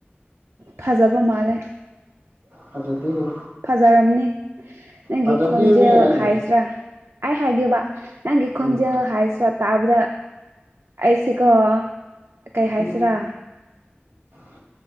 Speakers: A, on the right; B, on the right.
A: ꯐꯖꯕ ꯃꯥꯜꯂꯦ
B: ꯐꯖꯗꯦꯍꯦ
A: ꯐꯖꯔꯝꯅꯤ ꯅꯪꯒꯤ
B: ꯐꯖꯗꯦꯃꯤ
A: ꯈꯣꯟꯖꯦꯜ
B: ꯑꯩ
A: ꯍꯥꯏꯁꯤꯔꯥ ꯑꯩ ꯍꯥꯏꯒꯦꯕ ꯅꯪꯒꯤ ꯈꯣꯟꯖꯦꯜ
B: ꯎꯝ
A: ꯍꯥꯏꯁꯤꯔꯥ ꯇꯥꯕꯗ ꯑꯩꯁꯤꯀꯣ ꯀꯩ ꯍꯥꯏꯁꯤꯔꯥ
B: ꯎꯝ ꯎꯝ